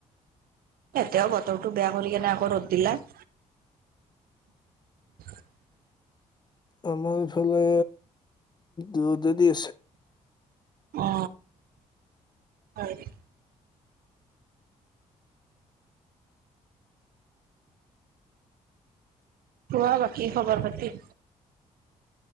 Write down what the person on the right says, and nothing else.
এতিয়াও বতৰটো বেয়া কৰি কিনে আকৌ ৰ'দ দিলে <inaudible> <unintelligible>
অ হয় <inaudible> কোৱা বাকী খবৰ পাতি।